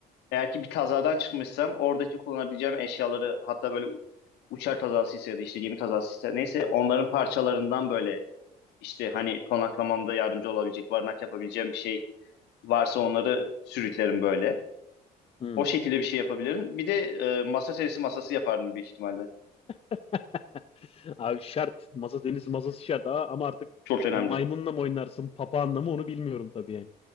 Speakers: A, on the left; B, on the left.
A: eğer ki bir kazadan çıkmışsam oradaki kullanabileceğim eşyaları hatta böyle u- uçak kazasıysa ya da işte gemi kazasıysa neyse onların parçalarından böyle işte hani konaklamamda yardımcı olabilecek, barınak yapabileceğim bir şey varsa onları sürüklerim böyle.
B: Hmm.
A: O şekilde bir şey yapabilirim. Bir de e, masa serisi masası yapardım büyük ihtimalle.
B: <laughs> Abi şart. Masa deniz masası şart. Aa, ama artık
A: Çok önemli.
B: maymunla mı oynarsın, papağanla mı onu bilmiyorum tabii yani.